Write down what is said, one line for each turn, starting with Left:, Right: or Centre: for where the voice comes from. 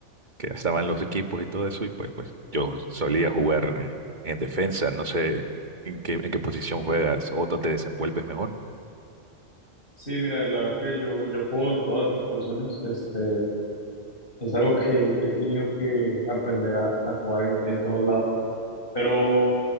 Right: que estaban los equipos y todo eso, y pues, pues yo solía jugar en defensa. No sé en qué, en qué posición juegas o te desenvuelves mejor.
Left: sí, mira, la verdad es que yo, yo juego en todas las posiciones. Este, es algo que he tenido que aprender a, a jugar en, en todos lados. Pero